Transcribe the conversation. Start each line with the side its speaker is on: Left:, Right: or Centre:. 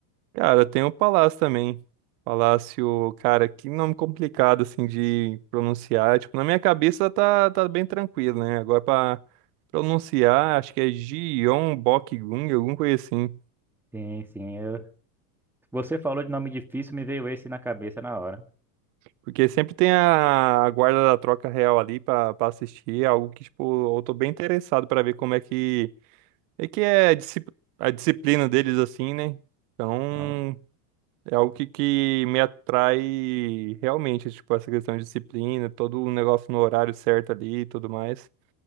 Right: Cara, tem o Palácio também. Palácio, cara, que nome complicado, assim, de pronunciar. Tipo, na minha cabeça tá, tá bem tranquilo, né? Agora pra pronunciar, acho que é Gyeongbokgung, alguma coisa assim.
Centre: Sim, sim. Eu... Você falou de nome difícil, me veio esse na cabeça na hora.
Right: Porque sempre tem a, a guarda da troca real ali pra, pra assistir, É algo que, tipo, eu tô bem interessado pra ver como é que é, que é a disci- a disciplina deles, assim, né? Então.
Centre: Então,
Right: É algo que, que me atrai realmente, tipo, essa questão de disciplina, todo o negócio no horário certo ali e tudo mais.